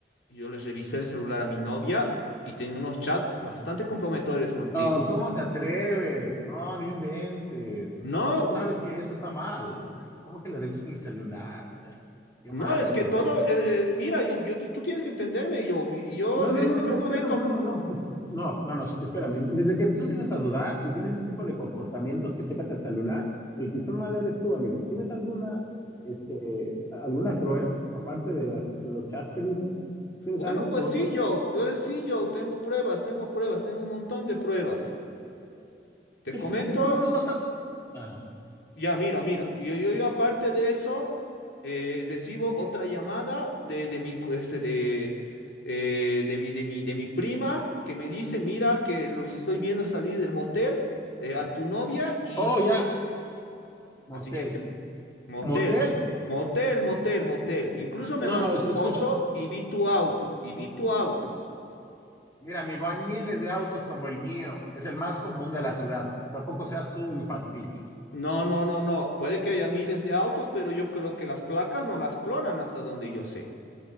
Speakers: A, on the left; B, on the left.
A: yo les revisé el celular a mi novia y tenía unos chats bastante comprometedores contigo.
B: Oh, ¿cómo te atreves? No, no inventes. O
A: No,
B: sea, o sea, tú sabes que eso está mal. O sea, ¿cómo que le revisas el celular? O sea, qué
A: no,
B: mal,
A: es
B: ¿eh?
A: que
B: De verdad.
A: todo, eh, eh, mira, yo, ti- tú tienes que entenderme, yo, y yo,
B: No,
A: este,
B: no, no, no,
A: de un
B: espérame,
A: momento,
B: no, no, no, es- no, no, no, espérame. Desde que tú empiezas a dudar y tienes ese tipo de comportamientos que checas el celular, el que está mal eres tú, amigo. ¿Tienes alguna, este, alguna prueba, aparte de las, de los chats que dices? ¿Tienes
A: bueno,
B: algo?
A: pues
B: ¿Fotos?
A: sí, yo, tú eres sí, yo, tengo pruebas, tengo pruebas, tengo un montón de pruebas. Te
B: ¿Qué,
A: comento.
B: qué pruebas vas a...? Ajá.
A: Ya, mira, mira, yo, yo, yo aparte de eso, eh, recibo otra llamada de, de mi, cu- este, de, eh, de mi, de mi, de mi prima que me dice, mira, que los estoy viendo salir del motel eh, a tu novia y
B: Oh, ya. Motel.
A: así que, que- motel,
B: Motel.
A: motel, motel, motel. Incluso me
B: No,
A: mandó
B: no, es- escucha.
A: foto y vi tu auto, y vi tu auto.
B: Mira, amigo, hay miles de autos como el mío. Es el más común de la ciudad. Tampoco seas tú infantil.
A: No, no, no, no. Puede que haya miles de autos, pero yo creo que las placas no las clonan hasta donde yo sé.